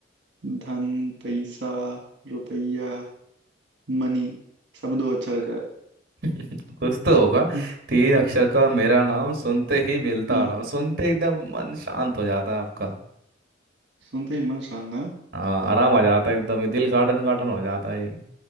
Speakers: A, on the right; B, on the right.
A: धन पैसा रुपया मनी सब दो अक्षर का है
B: <laughs> कुछ तो होगा
A: हम्म
B: तीन अक्षर का मेरा नाम सुनते ही मिलता
A: हम्म,
B: आराम सुनते एकदम मन शांत हो जाता है आपका
A: सुनते ही मन शांत है
B: हाँ आराम आ जाता है एकदम ये दिल गार्डन गार्डन हो जाता है जी